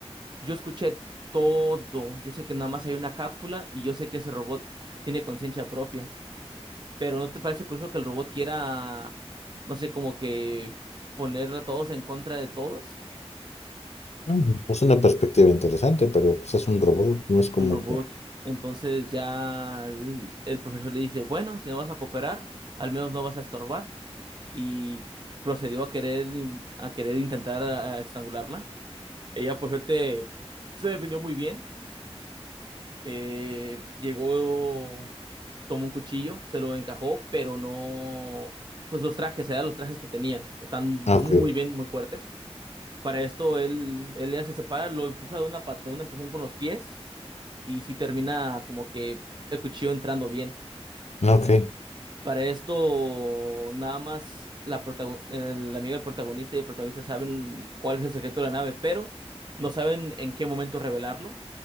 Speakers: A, on the right (about 45°); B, on the left (about 85°).
A: Yo escuché todo. Yo sé que nada más hay una cápsula y yo sé que ese robot tiene conciencia propia. Pero ¿no te parece curioso que el robot quiera, no sé, como que poner a todos en contra de todos?
B: Mm, Es una perspectiva interesante, pero pues es un robot, no es
A: Es
B: como
A: un robot.
B: que...
A: Entonces ya el, el profesor le dice, bueno, si no vas a cooperar, al menos no vas a estorbar. Y procedió a querer, in- a querer intentar a- a estrangularla. Ella, por suerte, se defendió muy bien. Eh, llegó tomó un cuchillo, se lo encajó, pero no, pues los trajes, eran los trajes que tenían, están
B: Ah,
A: muy
B: Ok,
A: bien, muy fuertes. Para esto él, él ya se separa, lo empuja de una pa- de un empujón con los pies y sí termina como que el cuchillo entrando bien.
B: ah, ok,
A: Para esto nada más la protago- el amigo del protagonista y el protagonista saben cuál es el secreto de la nave, pero no saben en qué momento revelarlo